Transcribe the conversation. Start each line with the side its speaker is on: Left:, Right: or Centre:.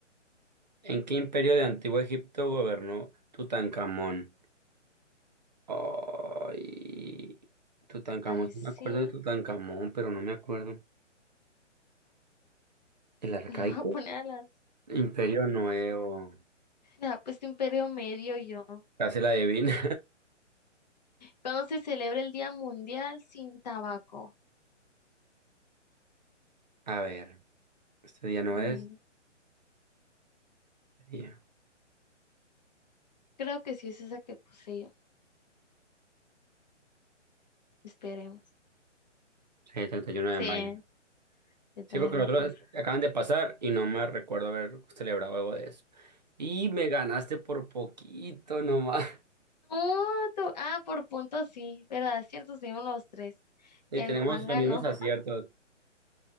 Right: ¿En qué imperio de Antiguo Egipto gobernó Tutankamón? Ay. Tutankamón.
Left: Ay,
Right: sí
Left: sí.
Right: me acuerdo de Tutankamón,
Left: <laughs>
Right: pero no me acuerdo. ¿El arcaico?
Left: Le voy a poner a las.
Right: Imperio Nuevo.
Left: Le ha puesto Imperio Medio yo.
Right: Casi la adivina.
Left: ¿Cuándo se celebra el Día Mundial sin Tabaco?
Right: <laughs> A ver. Este día no
Left: Mm,
Right: es. Este día.
Left: Creo que sí es esa que puse yo. Esperemos.
Right: Sí, 31 de
Left: Sí,
Right: mayo.
Left: yo también
Right: Sí, porque los
Left: la
Right: otros
Left: puse.
Right: acaban de pasar y no me recuerdo haber celebrado algo de eso. Y me ganaste por poquito nomás. <laughs>
Left: No, tú- ah, por puntos sí, verdad es cierto, seguimos los tres.
Right: Y
Left: El
Right: tenemos
Left: Juan
Right: los
Left: ganó.
Right: mismos aciertos.